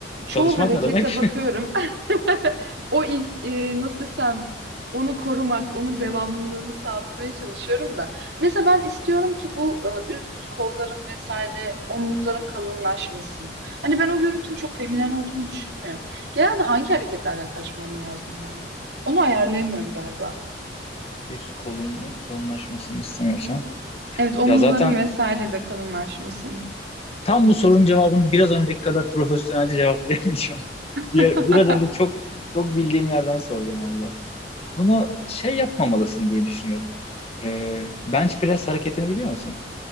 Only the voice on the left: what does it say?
Çalışmak
ne demek?
<laughs> Üst kolunun kalınlaşmasını istemiyorsan.
Ya zaten
tam bu sorunun cevabını biraz önceki kadar profesyonelce cevaplayamayacağım. <laughs> Diğer,
biraz önce çok çok bildiğim yerden sordum valla. Bunu şey yapmamalısın diye düşünüyorum. Ee, bench press hareketini biliyor musun?